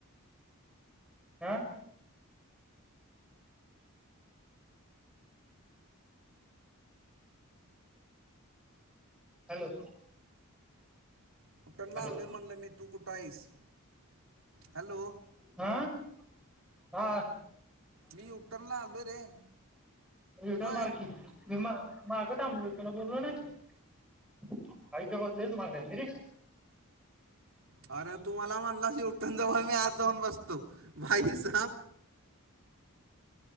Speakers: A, in the centre; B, on the right.
A: आं. हॅलो.
B: दुकानला,
A: हॅलो
B: आलोय म्हणल मी. तू कुठं हाईस? हॅलो.
A: आ, हा.
B: मी, यूटर्नला आलोय रे.
A: यूटर्न
B: होय
A: मार की. मी मा मागं थांबलो. तुला बोललो ना. आईच्या गावात, लयच मागायं. मी रे.
B: अर, तु मला म्हणला, यु टर्न जवळ मी आत जाऊन बसतो. बाईसाब